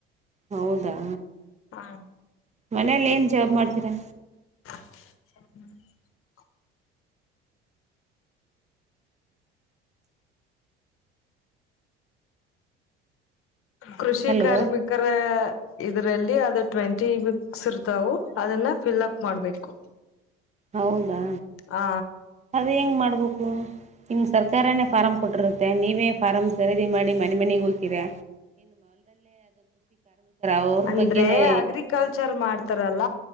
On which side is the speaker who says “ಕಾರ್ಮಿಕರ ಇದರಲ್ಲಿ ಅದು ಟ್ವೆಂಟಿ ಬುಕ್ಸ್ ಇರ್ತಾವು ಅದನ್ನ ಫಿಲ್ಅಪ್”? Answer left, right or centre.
Left